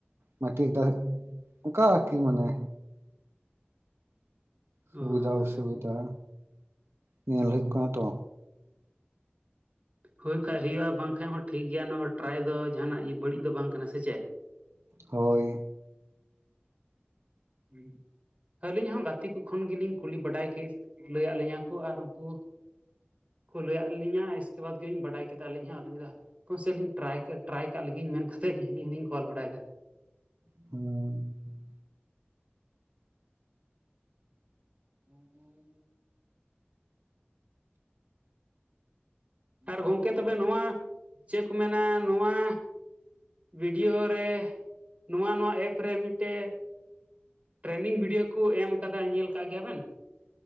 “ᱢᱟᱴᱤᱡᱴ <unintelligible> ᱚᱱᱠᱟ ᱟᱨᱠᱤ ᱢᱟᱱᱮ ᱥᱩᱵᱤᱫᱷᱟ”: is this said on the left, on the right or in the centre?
Right